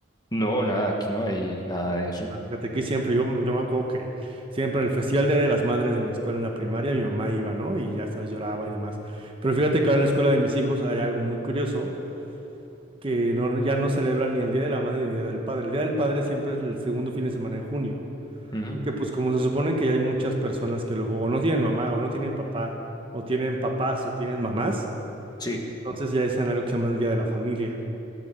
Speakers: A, on the left; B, on the right.
A: No, nada, aquí no hay nada de eso.
B: Ah, Fíjate que siempre, yo, yo me acuerdo que siempre el Festival Día de las Madres de mi escuela en la primaria, mi mamá iba, ¿no? Y ya sabes, lloraba y demás. Pero fíjate que ahora en la escuela de mis hijos hay algo muy curioso, que no, ya no celebran ni el Día de la Madre ni el Día del Padre. El Día del Padre siempre es el segundo fin de semana de junio.
A: Ujú,
B: Porque pues como se supone que ya hay muchas personas que luego o no tienen mamá o no tienen papá o tienen papás o tienen mamás,
A: Sí,
B: Entonces ya dicen algo que se llama el Día de la Familia,